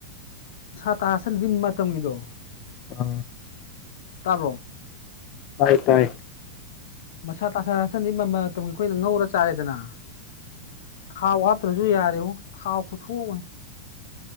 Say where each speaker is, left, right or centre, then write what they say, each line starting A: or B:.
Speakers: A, on the left (about 70°); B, on the left (about 45°).
A: ꯇꯥꯁꯅꯗꯤ ꯃꯇꯝꯒꯤꯗꯣ
B: ꯑ
A: ꯇꯥꯕ꯭ꯔꯣ
B: ꯇꯥꯏ ꯇꯥꯏ
A: ꯃꯁꯥ ꯇꯁꯥꯁꯟꯗꯤ ꯃꯃꯜ ꯃꯇꯝꯒꯤ ꯑꯩꯈꯣꯏꯅ ꯉꯧꯔ ꯆꯥꯔꯦꯗꯅ ꯊꯥꯎ ꯐꯠꯇ꯭ꯔꯁꯨ ꯌꯥꯔꯦꯕ ꯊꯥꯎ ꯈꯨꯊꯣꯛꯑꯝꯃꯣꯏ